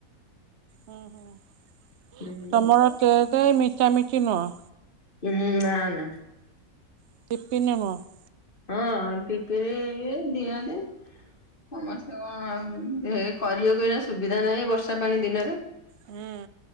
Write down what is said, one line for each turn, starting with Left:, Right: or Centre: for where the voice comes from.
Right: ହୁଁ ହୁଁ
Left: ହୁଁ
Right: ତମର ତଟ ମିଠା ମିଠି ନୁହଁ।
Left: ହୁଁ ନା ନା
Right: <unintelligible>
Left: ହଁ <unintelligible> ଦିଆନ୍ତି। ସମସ୍ତେ କଣ କରିବାକୁ ଏଇନା ସୁବିଧା ନାହିଁ ବର୍ଷା ପାଣି ଦିନରେ
Right: ହୁଁ।